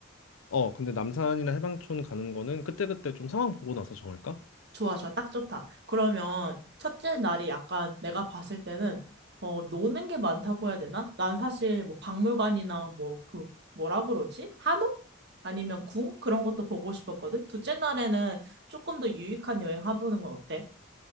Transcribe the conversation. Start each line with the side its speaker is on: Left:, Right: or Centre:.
Left: 어, 근데 남산이나 해방촌 가는 거는 그때그때 좀 상황 보고 나서 정할까?
Right: 좋아, 좋아. 딱 좋다. 그러면 첫째 날이 약간 내가 봤을 때는 어, 노는 게 많다고 해야 되나? 난 사실 뭐 박물관이나 뭐 그 뭐라 그러지? 한옥? 아니면 궁? 그런 것도 보고 싶었거든. 둘째 날에는 조금 더 유익한 여행 해보는 건 어때?